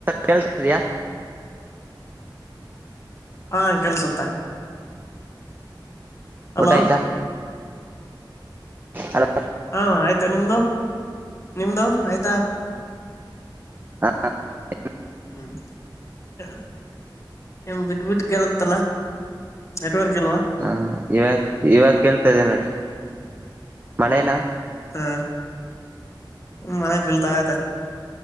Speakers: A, on the right (about 25°); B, on the left (about 35°).
A: ಕೇಳ್ತ ಇದಿಯಾ
B: ಹಾ ಕೆಲ್ಸುತ್ತ ಅಲೋ
A: ಊಟಯ್ತ ಅ <unintelligible>
B: ಹಾ ಆಯ್ತಾ ನಿಮ್ದು ನಿಮ್ದು ಆಯ್ತಾ
A: ಹಾ <unintelligible>
B: ಹ್ಮ್ <unintelligible> ಬಿಟ್ ಬಿಟ್ಟ ಕೇಳುತ್ತಲ್ಲ ನೆಟ್ವರ್ಕ್ ಇಲ್ವಾ
A: ಹಾ ಇವಾಗ ಇವಾಗ ಕೇಳ್ತದೆ ನೋಡಿ ಮಳೆನ
B: ಹಾ ಮಳೆ ಬೀಳ್ತಾ ಇದೆ